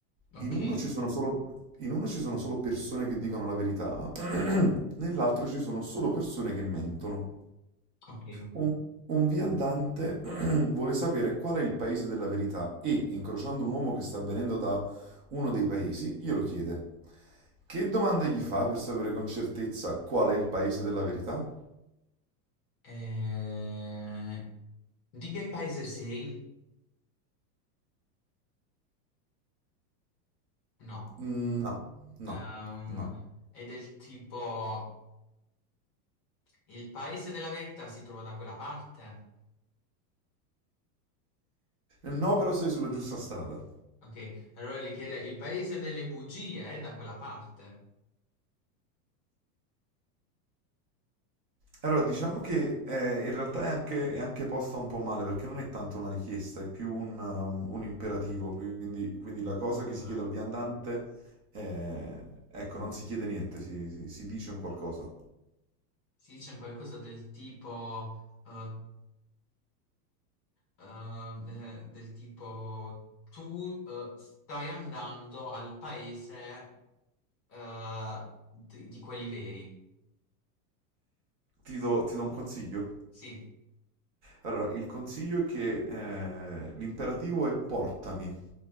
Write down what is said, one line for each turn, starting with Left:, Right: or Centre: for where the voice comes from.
Left: Ok,
Right: In uno ci sono solo, in uno ci sono solo persone che dicono la verità, <clears throat> nell'altro ci sono solo persone che mentono.
Left: ok.
Right: Un, un viandante <clears throat> vuole sapere qual è il paese della verità e, incrociando un uomo che sta venendo da uno dei paesi, glielo chiede. Che domanda gli fa per sapere con certezza qual è il paese della verità?
Left: Eh, Di che paese sei? No.
Right: Mm, No, no,
Left: Ehm,
Right: no.
Left: è del tipo... Il paese della verità si trova da quella parte?
Right: No, però sei sulla giusta strada.
Left: Ok, allora gli chiede, il paese delle bugie è da quella parte?
Right: Allora, diciamo che eh, in realtà è anche, è anche posta un po' male perché non è tanto una richiesta, è più un, um, un imperativo. Quindi, quindi la cosa
Left: Ah,
Right: che si chiede al viandante, eh, ecco, non si chiede niente, si, si- si dice un qualcosa.
Left: si dice un qualcosa del tipo, eh, eh, de- del tipo, tu eh, stai andando al paese eh, di, di quelli veri.
Right: Ti do, ti do un consiglio?
Left: Sì.
Right: Allora, il consiglio è che eh, l'imperativo è portami.